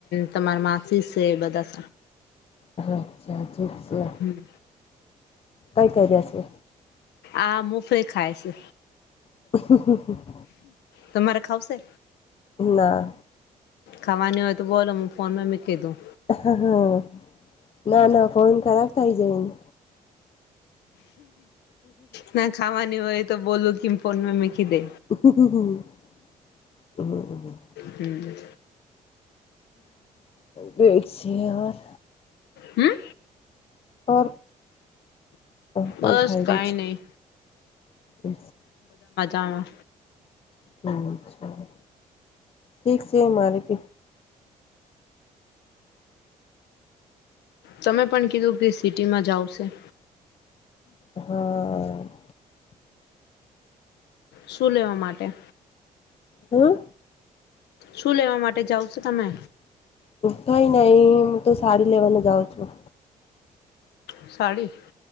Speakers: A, on the left; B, on the left.
A: તમારા માસી છે બધા
B: અચ્છા જી છે
A: હમ
B: કઈ ક રહ્યા છે
A: આ મુફે ખાય છે
B: હ હ હ
A: તમારે ખાવશે
B: ના
A: ખાવાની હોય તો બોલો હ ફોનમાં મેં કીધું
B: હા ના ના ફોન ખરાબ થઇ જાયને
A: ના ખવાની હોય તો બું કમ ફન મેમીખી દે
B: હ
A: હમ
B: બેકસીયાર
A: હમ
B: ઓ આતા
A: બસ
B: થાય
A: કઈ
B: જ છે
A: નહી
B: એ
A: આ
B: હ અચ્છા ઠીક છે મારે પ
A: તમે પણ કીધું કે સિટીમાં જાવશે
B: હા
A: શું લેવા માટે
B: હા
A: શું લેવા માટે જાાવ છો તમે
B: થઈ નઈ હું તો સાડી લેવાને જાઉં છું
A: સાડી